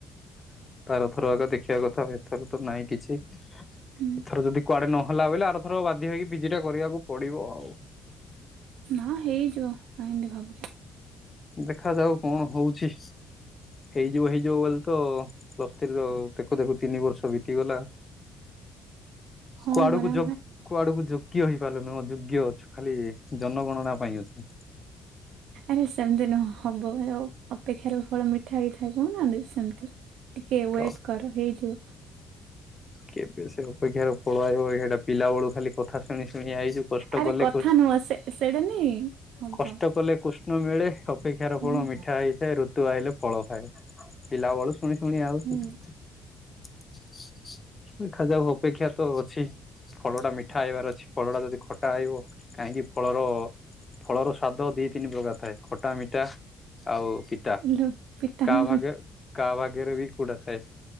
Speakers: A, on the left (about 20°); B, on the right (about 70°).
A: ଆରଥର ଆଗ ଦେଖିବା କଥା ଏଥର ତ ନାଇଁ କିଛି। ଏଥର
B: ହୁଁ
A: ଯଦି କୁଆଡେ ନହଲା ବୋଇଲେ ଆରଥର ବାଧ୍ୟ ହେଇକି ପିଜି ଟା କରିବାକୁ ପଡିବ ଆଉ।
B: ନା ହେଇଯିବ କାହିଁକି ଭାବୁଛ।
A: ଦେଖାଯାଉ କଣ ହଉଛି? ହେଇଯିବ ହେଇଯିବ ବୋଲି ତ ପ୍ଲସ ଥ୍ରି ର ଦେଖୁ ଦେଖୁ ତିନି ବର୍ଷ ବିତିଗଲା।
B: ହଁ
A: କୁଆଡକୁ
B: ପରା
A: ଯୋଗ କୁଆଡକୁ ଯୋଗ୍ୟ ହେଇପାରିଲୁନି ଅଯୋଗ୍ୟ ଅଛୁ ଖାଲି ଜନଗଣନା ପାଇଁ ଅଛୁ।
B: ଆରେ ସେମତି ନ ହବ ଆଉ। ଅପେକ୍ଷାରେ ଫଳ ମିଠା ହେଇଥାଏ କହୁନାହାନ୍ତି ସେମତି ଟିକେ
A: କ
B: ୱେଟ କର ହେଇଯିବ।
A: କେବେ ସେ ଅପେକ୍ଷାରେ ପଳ ଆଇବ ସେଟା ପିଲା ବେଳୁ ଖାଲି କଥା ଶୁଣି ଶୁଣି ଆଇଛୁ। କଷ୍ଟ
B: ଆରେ
A: କଲେ
B: କଥା
A: କ
B: ନୁହଁ ସେ ସେଇଟା ନାଇଁ ହବ।
A: କଷ୍ଟ କଲେ କୁଷ୍ଟ କୃ ଷ୍ଣ ମିଳେ ଅପେକ୍ଷାର
B: ହୁଁ
A: ଫଳ ମିଠା ହେଇଥାଏ ଋତୁ ଆଇଲେ ଫଳ ଖାଏ ପିଲାବେଳୁ ଶୁଣି ଶୁଣି ଆଉ
B: ହୁଁ
A: ଦେଖାଯାଉ ଅପେକ୍ଷା ତ ଅଛି। ଫଳ ଟା ମିଠା ହେଇବାର ଅଛି ଫଳ ଟା ଯଦି ଖଟା ହେଇବ କାହିଁକି ଫଳର ଫଳର ସ୍ଵାଦ ଦି ତିନି ପ୍ରକାର ଥାଏ ଖଟା ମିଠା। ଆଉ ପିତା
B: ଲୁ ପିତା
A: କା
B: ନା
A: ଭାଗ
B: ଲୁ
A: କା ଭାଗରେ ବି କୁଟା ଥାଏ।